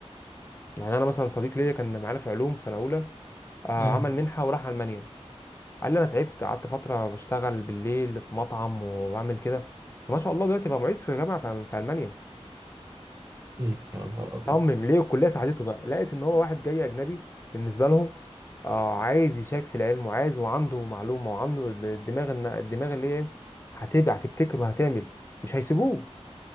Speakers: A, on the left (about 20°); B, on the right (about 30°).
A: يعني انا مثلا صديق ليا كان معانا في علوم في سنه اولى آه،
B: مم.
A: عمل منحه وراح المانيا قال لي انا تعبت قعدت فتره بشتغل بالليل في مطعم وبعمل كده بس ما شاء الله دلوقتي بقى معيد في جامعه في في المانيا
B: مم. يا نهار
A: صمم
B: ابيض
A: ليه الكليه ساعدته بقى لقيت ان هو واحد جاي اجنبي بالنسبه لهم آه عايز يشارك في العلم وعايز وعنده معلومه وعنده الدماغ إن- الدماغ اللي هي هتبقى هتبتكر وهتعمل مش هيسيبوه